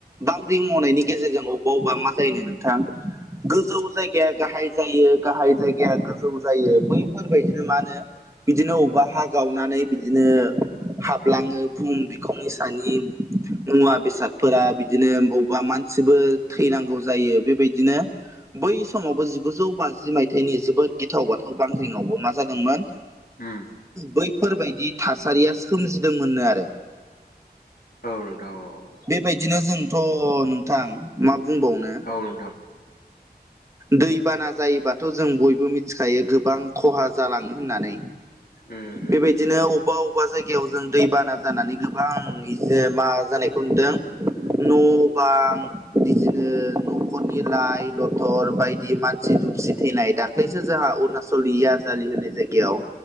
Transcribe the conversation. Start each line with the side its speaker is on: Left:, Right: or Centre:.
Right: बांग्रि मावनायनि गेजेरजों अबाव बा मा जायोनो नोंथां गोजौ जाय गाया गाहाय जायो गाहाय जायगाया गोजौ जायो बैफोरबायदिनो मा होनो बिदिनो अबावबा हा गावनानै बिदिनो हाबलाङो बुम बिखौनि दानि मुवा बेसादफोरा बिदिनो बबेबा मानसिबो थैनांगौ जायो बेबायदिनो बै समावबो जिगुजौ बाजि मायथाइनि जोबोद गिथाव बाथाव बांग्रिंआवबो मा जादोंमोन
Left: उम
Right: बैफोरबायदि थासारिया सोमजिदोंमोननो आरो
Left: औ नोंथां औ औ
Right: बेबायदिनो जोंथ' नोंथां मा बुंबावनो
Left: औ नोंथां
Right: दैबाना जायोबाथ' जों बयबो मिथिखायो गोबां खहा जालाङो होननानै।
Left: उम उम
Right: बेबायदिनो
Left: उम
Right: अबेबा अबेबा जायगायाव जों दैबाना जानानै गो बां इजो मा जानायखौ नुदों न' बां बिदिनो न'खरनि लाइ लथर बायदि मानसि दुमसि थैनाय दा खलैसो जोंहा अरुणाचल याजलि होनाय जायगायाव